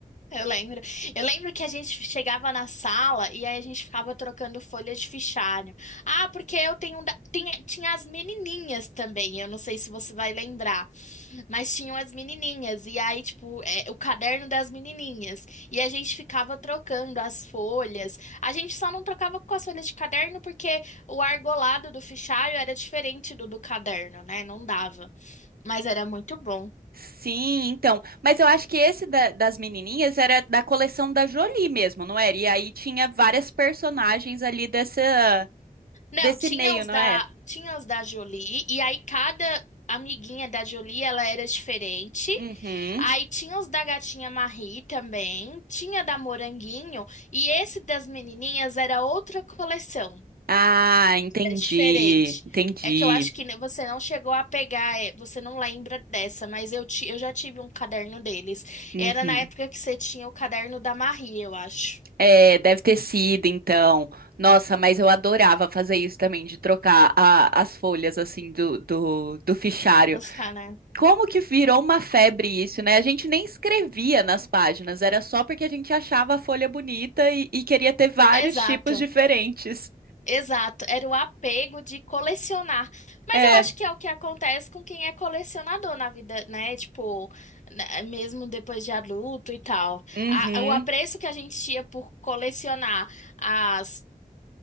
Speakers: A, on the left; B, on the right.
A: Eu lembro. Eu lembro que a gente chegava na sala e aí a gente ficava trocando folha de fichário. Ah, porque eu tenho um da... tinha, tinha as menininhas também. Eu não sei se você vai lembrar. Mas tinham as menininhas, e aí, tipo, é, o caderno das menininhas. E a gente ficava trocando as folhas. A gente só não trocava com as folhas de caderno porque o argolado do fichário era diferente do do caderno, né? Não dava. Mas era muito bom.
B: Sim, então. Mas eu acho que esse da- das menininhas era da coleção da Jolie mesmo, não era? E aí tinha várias personagens ali dessa,
A: Não,
B: desse
A: tinha
B: meio,
A: os
B: não
A: da,
B: é?
A: tinha os da Jolie, e aí cada amiguinha da Jolie, ela era diferente.
B: Uhum.
A: Aí tinha os da gatinha Marie também, tinha da Moranguinho, e esse das menininhas era outra coleção.
B: Ah, entendi,
A: É diferente.
B: entendi.
A: É que eu acho que você não chegou a pegar, é, você não lembra dessa, mas eu, ti, eu já tive um caderno deles.
B: Uhum.
A: Era na época que você tinha o caderno da Marie, eu acho.
B: É, deve ter sido, então. Nossa, mas eu adorava fazer isso também, de trocar a- as folhas, assim, do, do, do fichário.
A: Buscar, né?
B: Como que virou uma febre isso, né? A gente nem escrevia nas páginas, era só porque a gente achava a folha bonita e, e queria ter vários
A: Exato,
B: tipos diferentes.
A: exato. Era o apego de colecionar. Mas
B: É.
A: eu acho que é o que acontece com quem é colecionador na vida, né? Tipo, né, mesmo depois de adulto e tal.
B: Uhum.
A: A- o apreço que a gente tinha por colecionar as